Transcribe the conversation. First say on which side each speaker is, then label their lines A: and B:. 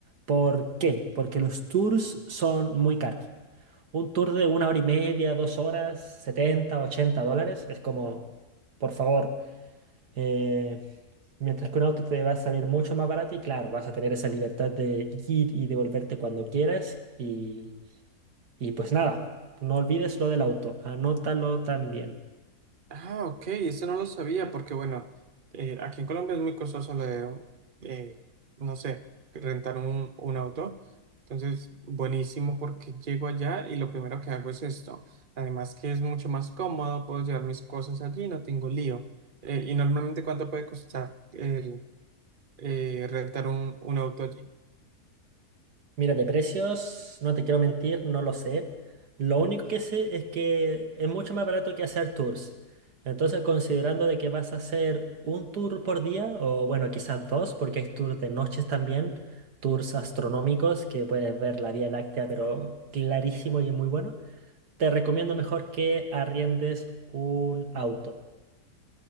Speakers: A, on the right; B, on the right.
A: ¿Por qué? Porque los tours son muy caros. Un tour de una hora y media, dos horas, 70, 80 dólares, es como, por favor, eh, mientras que un auto te va a salir mucho más barato y claro, vas a tener esa libertad de ir y devolverte cuando quieras y, y pues nada, no olvides lo del auto, anótalo también.
B: Ah, ok, eso no lo sabía porque, bueno, eh, aquí en Colombia es muy costoso lo de, eh, no sé, rentar un, un auto. Entonces, buenísimo porque llego allá y lo primero que hago es esto. Además que es mucho más cómodo, puedo llevar mis cosas allí, no tengo lío. Eh, y normalmente, ¿cuánto puede costar el eh, rentar un, un auto allí?
A: Mira, de precios, no te quiero mentir, no lo sé. Lo único que sé es que es mucho más barato que hacer tours. Entonces, considerando de que vas a hacer un tour por día, o bueno, quizás dos, porque hay tours de noches también, tours astronómicos que puedes ver la Vía Láctea, pero clarísimo y es muy bueno. Te recomiendo mejor que arriendes un auto.